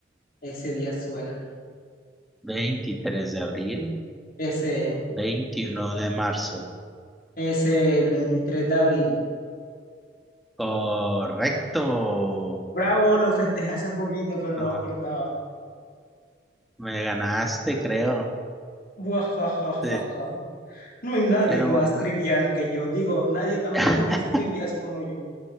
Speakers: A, on the left (about 50°); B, in the centre.
A: Ese día suena.
B: 23 de abril,
A: Ese,
B: 21 de marzo.
A: ese el 23 de abril.
B: Correcto.
A: Bravo, lo festejé hace poquito, pero no
B: Ah,
A: me acordaba.
B: me ganaste, creo.
A: Buajajajaja.
B: Sí.
A: No hay nadie
B: Pero
A: más
B: bueno,
A: trivial que yo. Digo, nadie tan
B: <laughs>
A: bueno en las trivias como yo.